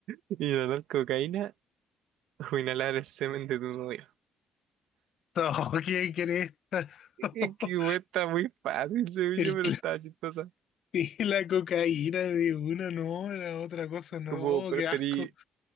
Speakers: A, on the right; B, on the left.
A: ¿Inhalar cocaína o inhalar el semen de tu novio?
B: No, ¿quién quiere esta? <laughs>
A: Es que güey, está muy fácil, según
B: El,
A: yo, pero estaba chistosa.
B: <laughs> Sí, la cocaína de una, no, la otra cosa, no,
A: Como preferí,
B: qué asco.